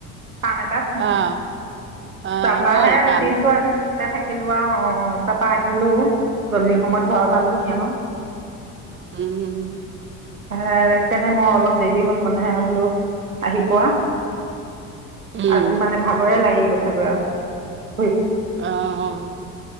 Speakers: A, on the right; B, on the right.
A: কাম এটাত
B: আহ আহ,
A: তাৰপৰাহে
B: হ'ল কাম?
A: দিনটো আজি তাতে থাকিলো আৰু অ, তাৰাপা আহিলো দললি সময়ত ঘৰ পালোহি আৰু
B: উম উম।
A: হে সেইকাৰণে মই অলপ দেৰি হ'ল মানে হে বোলো আহি পোৱা
B: উম,
A: আজি মানে ভাগৰে লাগি গল। চ
B: আহ